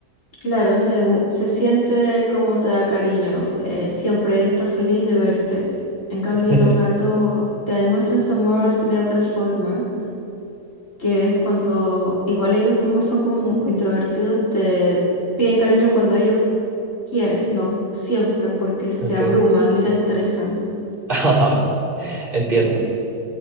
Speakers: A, on the left; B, on the right.
A: claro, se, mu- se siente como te da cariño, eh, siempre está feliz de verte. En cambio,
B: <laughs>
A: los gatos te demuestran su amor de otra forma, que es cuando, igual ellos como son como introvertidos, te piden cariño cuando ellos quieren, no siempre porque se
B: Ok.
A: abruman y se estresan.
B: Ah, entiendo.